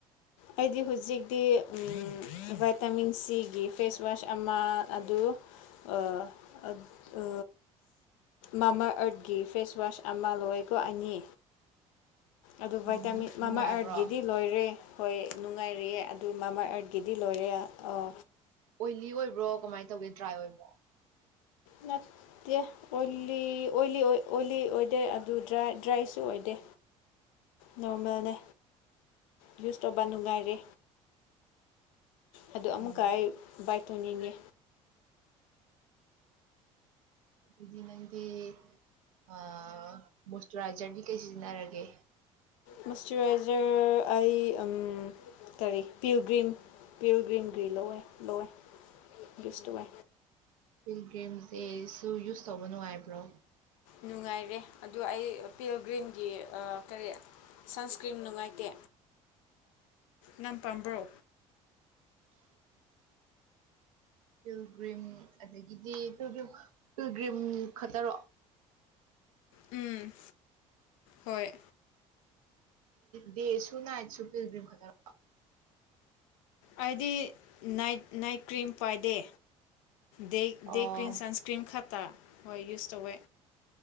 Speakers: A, on the left; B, on the right.
A: ꯑꯩꯗꯤ ꯍꯨꯖꯤꯛꯇꯤ ꯎꯝ ꯚꯥꯏꯇꯥꯃꯤꯟ ꯁꯤꯒꯤ ꯐꯦꯁ ꯋꯥꯁ ꯑꯃ ꯑꯗꯨ ꯑ ꯑ ꯑ ꯃꯥꯃꯥꯑꯔꯠꯀꯤ ꯐꯦꯁꯋꯥꯁ ꯑꯃ ꯂꯣꯏꯀꯣ ꯑꯅꯤ ꯑꯗꯨ
B: ꯎꯝ
A: ꯚꯥꯏꯇꯥꯃꯤꯟ
B: ꯅꯨꯡꯉꯥꯏꯕ꯭ꯔꯣ
A: ꯃꯃꯥꯑꯥꯔꯠꯒꯤꯗꯤ ꯂꯣꯏꯔꯦ ꯍꯣꯏ ꯅꯨꯡꯉꯥꯏꯔꯤꯑꯦ ꯑꯗꯨ ꯃꯃꯥꯑꯥꯔꯠꯀꯤꯗꯤ ꯂꯣꯏꯔꯦ ꯑꯣ
B: ꯑꯣꯏꯂꯤ ꯑꯣꯏꯕ꯭ꯔꯣ ꯀꯃꯥꯏ ꯇꯧꯒꯦ ꯗ꯭ꯔꯥꯏ ꯑꯣꯏꯕ꯭ꯔꯣ
A: ꯅꯠ ꯇꯦ ꯑꯣꯜꯂꯤ ꯑꯣꯏꯂꯤ ꯑꯣꯏ ꯑꯣꯏꯂꯤ ꯑꯣꯏꯗꯦ ꯑꯗꯨ ꯗ꯭ꯔꯥꯏ ꯗ꯭ꯔꯥꯏꯁꯨ ꯑꯣꯏꯗꯦ ꯅꯣꯔꯃꯦꯜꯅꯦ ꯌꯨꯁ ꯇꯧꯕ ꯅꯨꯡꯉꯥꯏꯔꯦ ꯑꯗꯨ ꯑꯃꯨꯛꯀ
B: ꯎꯝ
A: ꯑꯩ ꯕꯥꯏ ꯇꯧꯅꯤꯡꯉꯦ
B: ꯑꯗꯨꯗꯤ ꯅꯪꯗꯤ ꯑ ꯃꯣꯏꯆꯔꯥꯏꯖꯔꯗꯤ ꯀꯩ ꯁꯤꯖꯤꯟꯅꯔꯒꯦ
A: ꯃꯣꯏꯁꯆꯔꯥꯏꯖꯔ ꯑꯩ ꯎꯝ ꯀꯔꯤ ꯄꯤꯜꯒ꯭ꯔꯤꯝ ꯄꯤꯜꯒ꯭ꯔꯤꯝꯒꯤ ꯂꯧꯋꯦ ꯂꯧꯋꯦ ꯌꯨꯁ ꯇꯧꯋꯦ
B: ꯄꯤꯜꯒ꯭ꯔꯤꯝꯁꯦ ꯁꯨ ꯌꯨꯁ ꯇꯧꯕ ꯅꯨꯡꯉꯥꯏꯕ꯭ꯔꯣ
A: ꯅꯨꯡꯉꯥꯏꯔꯦ ꯑꯗꯨ ꯑꯩ ꯄꯤꯜꯒ꯭ꯔꯤꯝꯒꯤ ꯑꯥ ꯀꯔꯤ ꯁꯟꯁꯀ꯭ꯔꯤꯟ ꯅꯨꯡꯉꯥꯏꯇꯦ ꯅꯪ ꯄꯥꯝꯕ꯭ꯔꯣ
B: ꯄꯤꯜꯒ꯭ꯔꯤꯝ ꯑꯗꯒꯤꯗꯤ ꯄꯤꯜꯒꯔꯤꯝ ꯄꯤꯜꯒ꯭ꯔꯤꯝ ꯈꯛꯇꯔꯣ
A: ꯎꯝ ꯍꯣꯏ
B: ꯗꯦꯁꯨꯨ ꯅꯥꯥꯏꯠꯁꯨꯨ ꯄꯤꯜꯒꯔꯤꯝ ꯈꯛꯇꯂꯣ
A: ꯑꯩꯗꯤ ꯅꯥꯏꯠ ꯅꯥꯏꯠ ꯀ꯭ꯔꯤꯝ ꯄꯥꯏꯗꯦ ꯗꯦ
B: ꯑꯣ
A: ꯗꯦ ꯀ꯭ꯔꯤꯝ ꯁꯟꯁꯀ ꯀ꯭ꯔꯤꯝ ꯈꯛꯇ ꯍꯣꯏ ꯌꯨꯁ ꯇꯧꯋꯦ